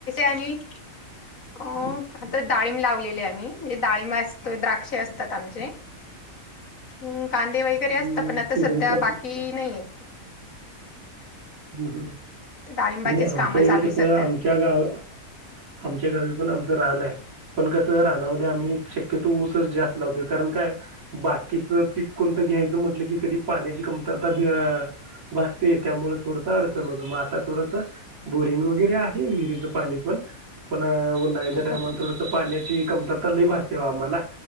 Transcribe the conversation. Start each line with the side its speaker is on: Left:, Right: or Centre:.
Left: आणि अ आता डाळीम लावलेली. म म्हणे डाळि असतो द्राक्ष असतात आमचे हम् कांदे वगैरे
Right: ते
Left: असतात पण आता
Right: सीझन
Left: सध्या
Right: संपला
Left: बाकी
Right: आता.
Left: नाहीये.
Right: हम् हम
Left: तर डाळिंबाचीच
Right: नाही आमच्या
Left: कामं
Right: इकड
Left: चालू आहे
Right: कस
Left: सध्या
Right: आमच्या गाव आमच्या गावी पण आम तर राहले आहे पण कस राणामध्ये. आम्ही शक्यतो ऊसच जास्त लावतोय कारण काय बाकीचं पिक कोणतं घ्यायचं म्हटलं की कधी. पाण्याची कमतरता बी भासते त्यामुळे थोडसं अडचन होत मग आता थोडसं. बोरिंग वगैरे आहे विहिरीच. पाणी पण. पण उन्हाळ्याच्या टायमाला
Left: हो
Right: थोडस पाण्याची कमतरता लई भासते ओ आम्हाला.